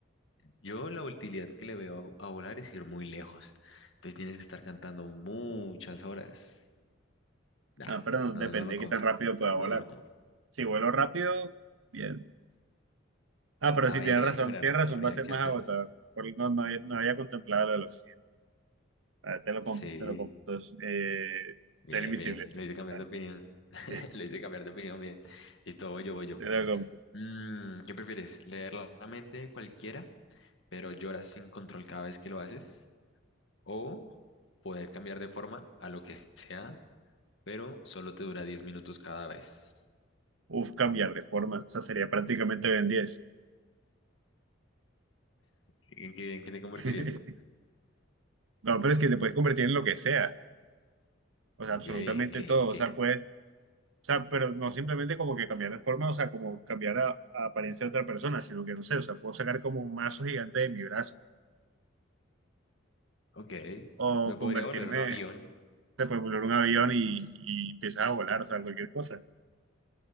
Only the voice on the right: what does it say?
Ah, pero no,
depende
de
qué tan rápido
pueda
volar.
Si vuelo rápido, bien. Ah, pero
sí, tienes razón,
tienes razón,
va a ser
más
agotador. Porque no, no, había, no había contemplado lo del oxígeno. Vale, te lo compro,
te lo compro. Entonces, eh,
ser invisible.
Vale,
sí,
te lo compro.
Uf, cambiar de forma. O sea, sería prácticamente Ben 10.
<laughs> No, pero es que te puedes convertir en lo que sea. O sea,
absolutamente
todo.
O sea, puedes. O sea, pero no simplemente como que cambiar de forma, o sea, como cambiar a, a apariencia de otra persona, sino que no sé, o sea, puedo sacar como un mazo gigante de mi brazo
o
convertirme,
te puedes volar un avión y, y empiezas a volar, o sea, cualquier cosa.